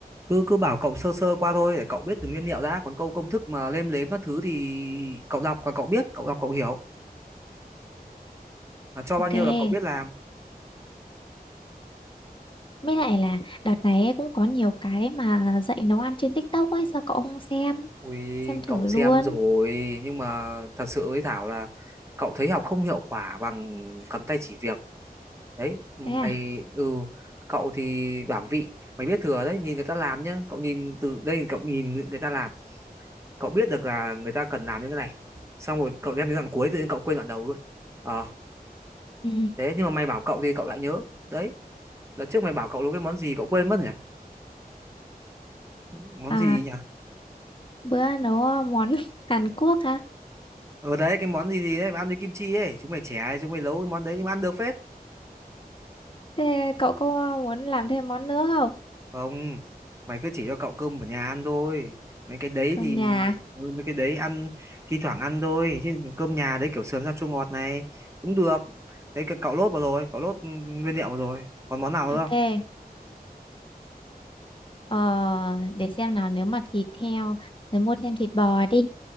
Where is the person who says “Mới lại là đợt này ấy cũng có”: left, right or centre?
Left